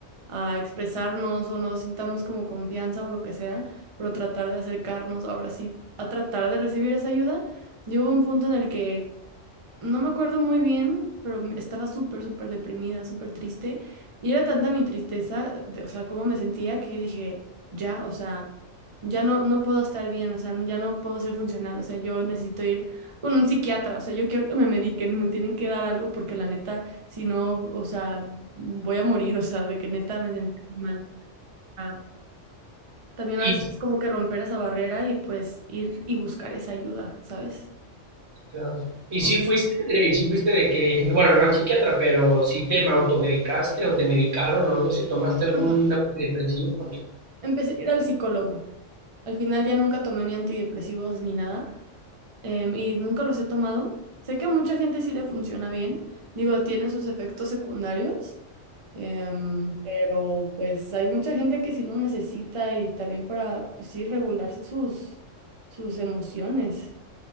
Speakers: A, on the right (about 35°); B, on the right (about 60°).
A: a expresarnos o no sintamos como confianza o lo que sea, pero tratar de acercarnos ahora sí a tratar de recibir esa ayuda. Yo hubo un punto en el que no me acuerdo muy bien, pero me- estaba súper, súper deprimida, súper triste. Y era tanta mi tristeza, de- o sea, cómo me sentía, que yo dije, ya, o sea, ya no, no puedo estar bien, o sea, ya no puedo ser funcional, o sea, yo necesito ir con un psiquiatra, o sea, yo quiero que me mediquen, me tienen que dar algo porque la neta, si no, o sea, voy a morir, o sea, de que neta me sentí mal. Ah, También
B: Y
A: a veces es como que romper esa barrera y pues ir y buscar esa ayuda, ¿sabes?
B: Claro. ¿Y
A: Aunque-
B: si fuiste, y si fuiste de que, bueno, no al psiquiatra, pero si te automedicaste o te medicaron o algo, si tomaste algún
A: bueno,
B: antidepresivo? Porque
A: Empecé a ir al psicólogo. Al final ya nunca tomé ni antidepresivos ni nada, em, y nunca los he tomado. Sé que a mucha gente sí le funciona bien, digo, tiene sus efectos secundarios, em, pero pues hay mucha gente que sí lo necesita y también para, pues sí, regularse sus, sus emociones.